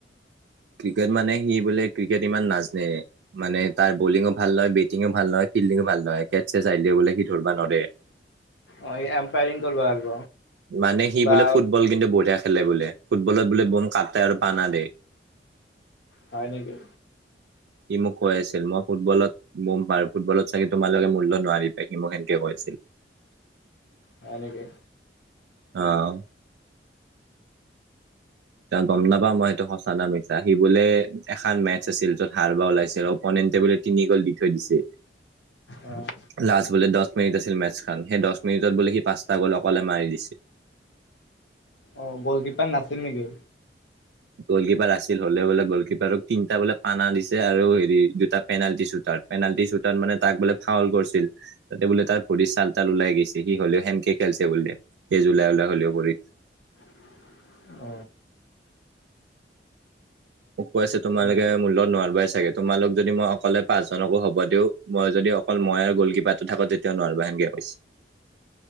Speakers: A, on the right (about 70°); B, on the left (about 80°).
A: ক্ৰিকেট মানে সি বোলে ক্ৰিকেট ইমান নাজানে মানে তাৰ বলিঙো ভাল লয় টো ভালহয় ফিল্ডিং ভাল নহ কেট চছে যাইলে বলে সি ধৰিবা নোৱাৰে
B: অ', সি এম্পায়াৰিং কৰিব পাৰিব
A: মানে সি
B: বা
A: বোলে ফুটবল কিন্তু বঢ়িয়া খেলে বোলে ফুটবলত বোলে বম কাটে আৰু পানা দিয়
B: হয় নেকি?
A: উ সি মোক কৈ আছিল মই ফুটবলত গম পাৰো ফুটবলত চাগে তোমালোকে মূল্য নোৱাৰি পাই সি মোক এেনকে কৈছিল <unintelligible>
B: হয় নেকি?
A: আহ এ গম নাপাওঁ মই সেইটো সঁচ সচা নে মিছা বোলে এখন মেচ আছিল য'ত হাৰ বা ওলাইছিল অপনেণ্ট বোলে তিনি গ'ল দি থৈ দিছে।
B: অ',
A: লাষ্ট বোলে দশ মিনিটত মেটছখন সেই দহ মিনিটত বুলি সি পাঁচটা গ'ল অকলে মাৰি দিছিল
B: অ গ'লকিপাৰ নাছিল নেকি?
A: গলকিপাৰ আছিল হ'লে বোলে গলকিপাৰক তিনটা বোলে পানা দিছে আৰু হেৰি দুটা পেনালন্টি চুট পেনাল্টী চুটাত মানে তাক বোলে ফাউল কৰিছিল তাতে বোলে তাৰ ভৰিত চাল তাল ওলাই গৈছে সি হলে খেলছে বুলি এই জলাই উওলাই কৰি
B: <inaudible>
A: মোক কৈ আছে তোমালোকে
B: এনে
A: মোৰ লগত নোৱাৰিবা চাগে তোমালোক যদি মই অকলে পাঁচজনকো হ'ব দি মই যদি অকল মই আৰু গ'ল কিবাটো থাকো তেতিয়াও নোৱাৰিবা সেনকে কৈছে